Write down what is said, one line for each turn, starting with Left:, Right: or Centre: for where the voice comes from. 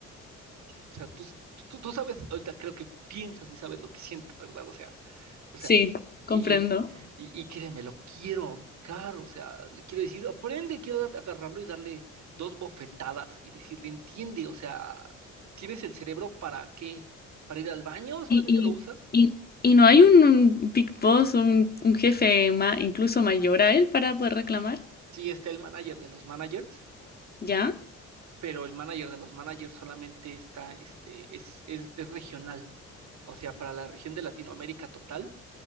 Right: O sea, tú, tú, tú sabes, ahorita creo que piensas y sabes lo que siento, ¿verdad? O sea, o
Left: Sí,
Right: sea,
Left: comprendo.
Right: y, y, y créeme, lo quiero ahorcar, o sea, le quiero decir, aprende, quiero darle, agarrarlo y darle dos bofetadas y decirle, entiende, o sea, ¿tienes el cerebro para qué? ¿Para ir al baño? ¿Solamente
Left: Y, y,
Right: lo usas?
Left: y, y no hay un, un big boss, un, un jefe ma- incluso mayor a él para poder reclamar.
Right: Sí, está el manager de los managers,
Left: ¿Ya?
Right: pero el manager de los managers solamente está, este, es, es, es regional, o sea, para la región de Latinoamérica total